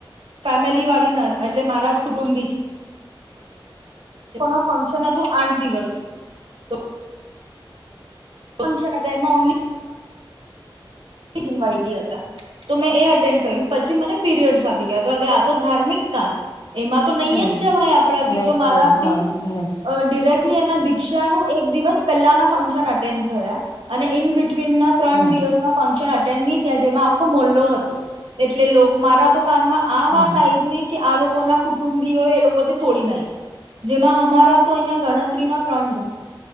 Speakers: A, on the right (about 75°); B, on the left (about 45°).
A: ફેમિલી વાળીના, એટલે મારા જ કુટુંબી છે. નું ફંક્શન હતું, આઠ દિવસનું તો ઓ છેના, પ એમાં ઓન્લી <unintelligible> તો મેં એ અટેન્ડ કર્યું, પછી મને પીરિયડ્સ આવી ગયા, હવે આ તો ધાર્મિક કામ. એમાં તો નહી,
B: હમ
A: જ જવાય આપણાથી.
B: નહી
A: તો
B: જ
A: મારાથી
B: છે હા નહી
A: અ ડિરેક્ટલી એના દીક્ષાનું, એક દિવસ પહેલાના ફંક્શન અટેન્ડ થયા. અને ઇન બિટવીન, ના ત્રણ
B: હમ
A: દિવસના ન થયા, જેમાં આખો મોલ્લો હતો. એટલે મારા મા આ
B: હમ
A: વાત આવી કે, આ લોકો ના કુટુંબીઓ, એ લોકો તોડી નાખ, જેમાં અમારા તો અહં ગણ. સત્રીના ત્રણ ગણ